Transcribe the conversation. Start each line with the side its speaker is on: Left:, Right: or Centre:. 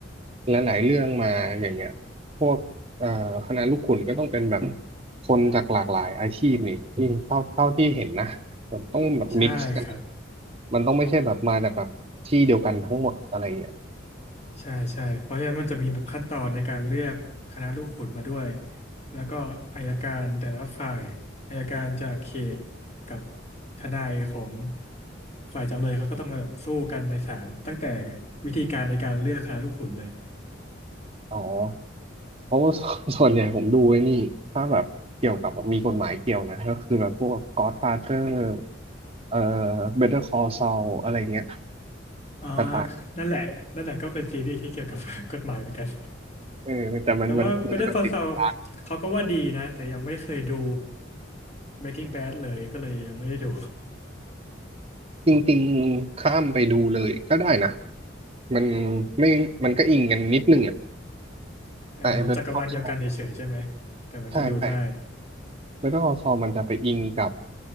Right: หลายๆเรื่องมาอย่างเงี้ยพวกเอ่อคณะลูกขุนก็ต้องเป็นแบบคนจากหลากหลายอาชีพนี่ที่เท่าเท่าที่เห็นนะแบบต้องแบบมิกซ์กัน
Left: ใช่ครับ
Right: มันต้องไม่ใช่แบบมาจากแบบที่เดียวกันทั้งหมดอะไรเงี้ย
Left: ใช่ใช่เพราะฉะนั้นมันจะมีแบบขั้นตอนในการเลือกคณะลูกขุนมาด้วยแล้วก็อัยการแต่ละฝ่ายอัยการจากเขตกับทนายของฝ่ายจำเลยเขาก็ต้องมาแบบสู้กันในศาลตั้งแต่วิธีการในการเลือกคณะลูกขุนเลย
Right: อ๋อเพราะว่า <laughs> ส่วนส่วนใหญ่ผมดูไอ้นี่ถ้าแบบเกี่ยวกับแบบมีกฎหมายเกี่ยวนะก็คือแบบพวก Godfather เอ่อ Better Call Saul อะไรเงี้ย
Left: อ๋อ
Right: สไต
Left: นั่นแหละนั่นแหละก็เป็นซีรีส์ที่เกี่ยวกับ <laughs> กฎหมายเหมือนกัน
Right: เออแต่มันมันมันจะแบบติดตา
Left: แต่ว่า Better Call Saul เขาก็ว่าดีนะแต่ยังไม่ได้เคยดู Breaking Bad เลยก็เลยยังไม่ได้ดู
Right: จริงๆข้ามไปดูเลยก็ได้นะมันไม่มันก็อิงกันนิดนึงอ่ะ
Left: <laughs> อ่ามันจักรวาลเดียวกันเฉยๆใช่ไหม
Right: แต่ไอ้ Better Call Saul
Left: แต่มันก็ดูได้
Right: ใช่ใช่ Better Call Saul มันจะไปอิงกับ